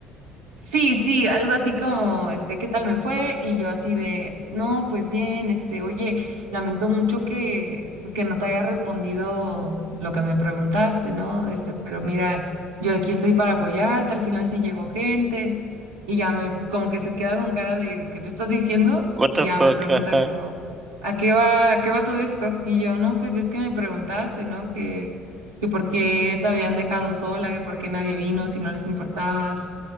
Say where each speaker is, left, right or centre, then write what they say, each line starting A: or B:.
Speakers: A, on the right; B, on the right.
A: Sí, sí, algo así como, este, ¿qué tal me fue? Y yo así de, no, pues bien, este, oye, lamento mucho que, pues que no te haya respondido lo que me preguntaste, ¿no? Este, pero mira, yo aquí estoy para apoyarte, al final sí llegó gente, y ya me, como que se queda con cara de, ¿qué me estás diciendo?
B: What
A: Y
B: the
A: ya
B: fuck,
A: me pregunta
B: ajá.
A: como, ¿a qué va, a qué va todo esto? Y yo, no, pues es que me preguntaste, ¿no? Que, que por qué te habían dejado sola, que por qué nadie vino, si no les importabas